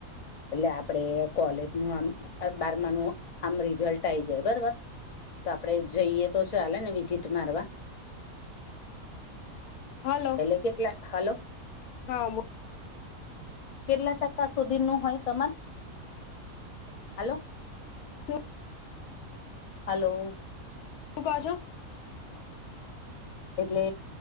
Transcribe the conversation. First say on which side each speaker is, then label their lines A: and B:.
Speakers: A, on the left; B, on the left.
A: એટલે આપડે કોલેજ નું આમ બારમા નું આમ રિઝલ્ટ આઈ જાય બરોબર? તો આપડે જઈએ તો છે ચાલે ને વિઝિટ મારવા?
B: હાલો.
A: એટલે કેટલા, હાલો.
B: હા બ
A: કેટલા ટકા સુધીનું તમાર હલો
B: શું
A: હલો
B: તું ક છો
A: એટલે